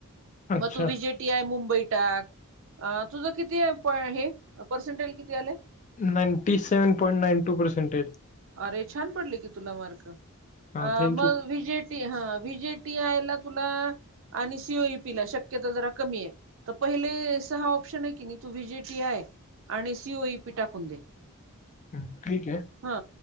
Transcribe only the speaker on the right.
मग तू व्हि जि ट टी आय मुंबई टाक अ तुझं किती हे पर्सेंटेल किती आले?
अरे छान पडले की तुला मार्क अ
मग व्ही जि ट हा व्ही जी टी आयला तुला, आणि सी ओ ई पी ला शक्यता जरा कमी आहे. त पहिले सहा ऑप्शन आहे की नाही तू व्हि जे टी आय. आणि सी ओ ई पि टाकुंन दे
हा